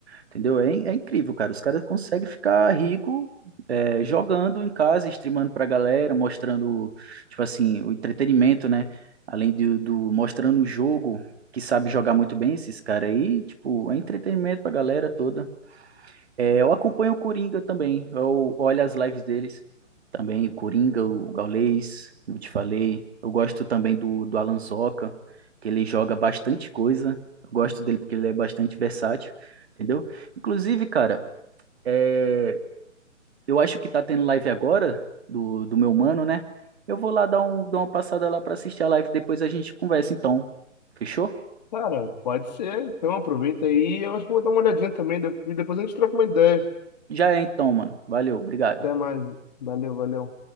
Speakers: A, on the right; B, on the left.
A: Entendeu? É, in- é incrível, cara. Os caras conseguem ficar rico é, jogando em casa, streamando pra galera, mostrando, tipo assim, o entretenimento, né? Além do, do mostrando o jogo, que sabe jogar muito bem esses caras aí, tipo, é entretenimento pra galera toda. É, eu acompanho o Coringa também. Eu olho as lives deles também. O Coringa, o Gaules, como eu te falei. Eu gosto também do, do Alan Zoca, que ele joga bastante coisa. Eu gosto dele porque ele é bastante versátil, entendeu? Inclusive, cara, é, eu acho que tá tendo live agora do, do meu mano, né? Eu vou lá dar, um, dar uma passada lá pra assistir a live. Depois a gente conversa, então. Fechou?
B: Cara, pode ser. Então aproveita aí. Eu acho que vou dar uma olhadinha também. de- E depois a gente troca uma ideia.
A: Já é então, mano. Valeu, obrigado.
B: Até mais. Valeu, valeu.